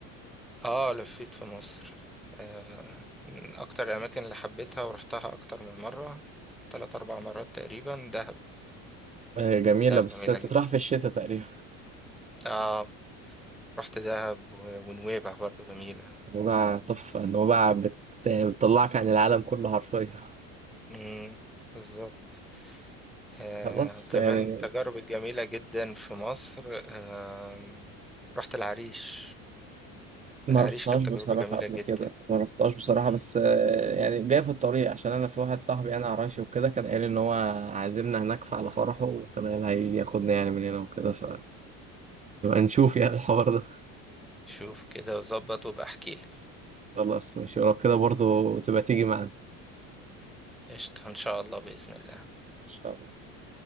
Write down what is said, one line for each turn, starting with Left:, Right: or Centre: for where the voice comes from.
Centre: اه لفيت في مصر آه، من اكتر الاماكن اللي حبيتها ورحتها اكتر من مره ثلاث اربع مرات تقريبا دهب
Right: هي جميلة
Centre: دهب
Right: بس
Centre: حلو جميله
Right: تطرح
Centre: جدا
Right: في الشتاء تقريبا
Centre: اه رحت دهب و- ونويبع برضو جميله
Right: نوبة تحفة نوبة بت... بتطلعك عن العالم كله حرفيا
Centre: امم بالظبط آه
Right: خلاص
Centre: وكمان
Right: يعني
Centre: من التجارب الجميله جدا في مصر آه رحت العريش
Right: ما
Centre: العريش
Right: رحتهاش
Centre: كانت
Right: بصراحة
Centre: تجربه جميله
Right: قبل
Centre: جدا
Right: كده ما رحتهاش بصراحة
Centre: مم.
Right: بس آه، يعني جاي في الطريق عشان أنا في واحد صاحبي أنا عراشي وكده كان قال إن هو عازمنا هناك على فرحه وكان قال هياخدنا يعني من هنا وكده فنبقى نشوف يعني الحوار ده
Centre: شوف كده وظبط وابقى احكيلي
Right: خلاص ماشي ولو كده برضو تبقى تيجي معانا إن
Centre: قشطة ان شاء الله باذن الله
Right: شاء الله